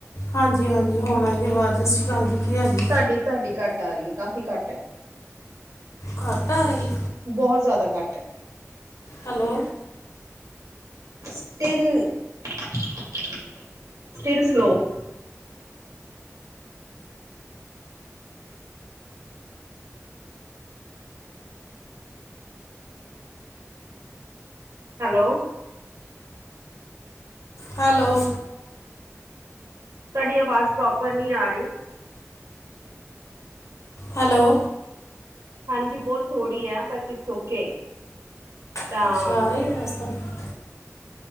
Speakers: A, on the left; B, on the right.
A: ਹਾਂਜੀ-ਹਾਂਜੀ ਹੁਣ ਆ ਜੀ ਆਵਾਜ਼ ਸਸ ਸ੍ਰੀ ਕਾਲ ਜੀ ਕੀ ਹਾਲ ਜੇ।
B: ਤੁਹਾਡੀ-ਤੁਹਾਡੀ ਘੱਟ ਆ ਰਹੀ ਹੈ ਕਾਫ਼ੀ ਘੱਟ ਹੈ।
A: ਘਟ ਆ ਰਹੀ।
B: ਬਹੁਤ ਜਾਦਾ ਘੱਟ ਹੈ।
A: Hello
B: still slow. Hello
A: hello
B: ਤੁਹਾਡੀ ਆਵਾਜ਼ ਪ੍ਰੋਪਰ ਨਹੀਂ ਆ ਰਹੀ।
A: ਹੈਲੋ
B: ਹਾਂਜੀ ਬਹੁਤ ਥੋੜ੍ਹੀ ਹੈ ਬਟ ਇਟਸ ਓਕੇ। ਤਾਂ
A: <unintelligible>